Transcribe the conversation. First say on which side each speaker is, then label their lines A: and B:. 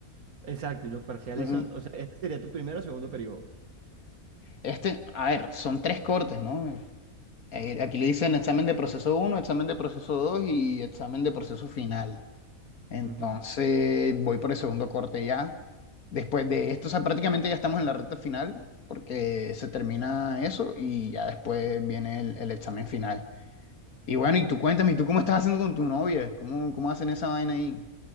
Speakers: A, on the right; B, on the left.
A: Exacto, y los parciales
B: Ujú.
A: son, o sea, este sería tu primero o segundo periodo.
B: Este, a ver, son tres cortes, ¿no? Eh, Aquí le dicen examen de proceso uno examen de proceso 2 y examen de proceso final. Entonces
A: Ujú.
B: voy por el segundo corte ya. Después de esto, o sea, prácticamente ya estamos en la recta final porque se termina eso y ya después viene el, el examen final. Y bueno, y tú cuéntame, ¿y tú cómo estás haciendo con tu novia? ¿Cómo, cómo hacen esa vaina ahí?